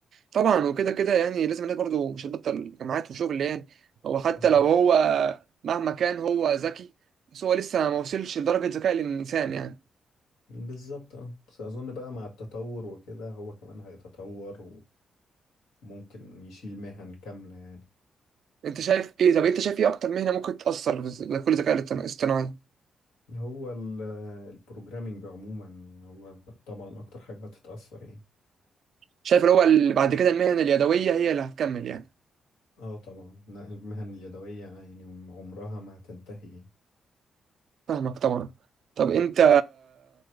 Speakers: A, on the right (about 70°); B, on the left (about 85°).
A: طبعا وكده كده يعني لازم الناس برضه مش هتبطل جامعات وشغل يعني هو حتى
B: ب-
A: لو هو مهما كان هو ذكي بس هو لسه ما وصلش لدرجة ذكاء الإنسان يعني
B: بالظبط اه بس اظن بقى مع التطور وكده هو كمان هيتطور وممكن يشيل مهن كاملة يعني
A: أنت شايف إيه طب أنت شايف إيه أكتر مهنة ممكن تأثر بز- بكل الذكاء الاصط- الاصطناعي
B: هو ال- البروجرامينج عموما هو طبعا اكتر حاجة هتتأثر يعني
A: شايف اللي هو اللي بعد كده المهن اليدوية هي اللي هتكمل يعني
B: اه طبعا لا المهن اليدوية يعني عمرها ما هتنتهي يعني
A: فاهمك طبعا طب أنت